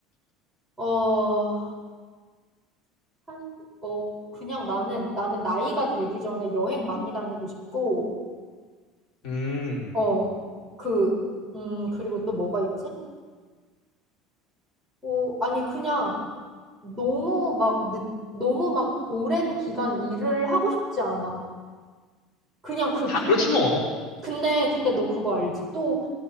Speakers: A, in the centre; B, on the left (about 50°).
A: 어, 사- 어, 그냥 나는, 나는 나이가 들기 전에 여행 많이 다니고 싶고,
B: 음,
A: 어, 그, 음, 그리고 또 뭐가 있지? 어, 아니, 그냥 너무 막, 늦, 너무 막 오랜 기간 일을 하고 싶지 않아. 그냥 그뿐이야.
B: 다 그렇지 뭐.
A: 근데 근데 너 그거 알지? 또